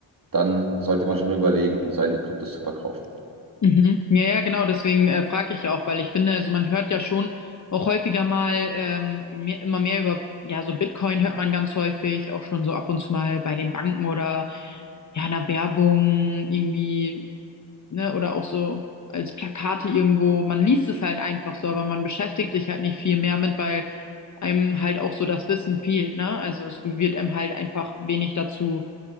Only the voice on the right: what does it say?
dann sollte man schon überlegen, seine Kryptos zu verkaufen.